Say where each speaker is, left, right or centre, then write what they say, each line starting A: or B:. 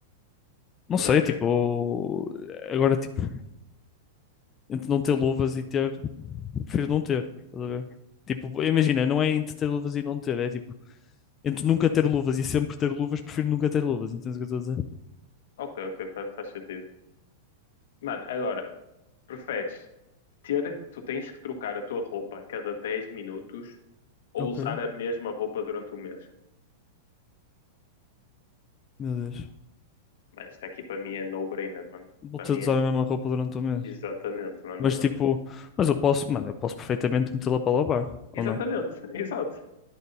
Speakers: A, on the left; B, on the left.
A: não sei,
B: Ok,
A: tipo, agora, tipo, entre não ter luvas e ter, prefiro não ter, estás a ver? Tipo, imagina, não é entre ter luvas e não ter, é tipo, entre nunca ter luvas e sempre ter luvas, prefiro nunca ter luvas, entendes o que eu estou a dizer?
B: ok, ok, fa- faz sentido. Mano, agora, preferes ter, tu tens que trocar a tua roupa a cada 10 minutos ou
A: Ok,
B: usar a mesma roupa durante o mês?
A: meu Deus.
B: Mas está aqui para mim é no-brainer, mano.
A: Vou
B: Para
A: ter
B: mim
A: de usar
B: é
A: a mesma roupa durante o mês.
B: exatamente, mano.
A: Mas tipo, mas eu posso, mano, eu posso perfeitamente metê-la para lavar,
B: Exatamente,
A: ou não?
B: <laughs> exato.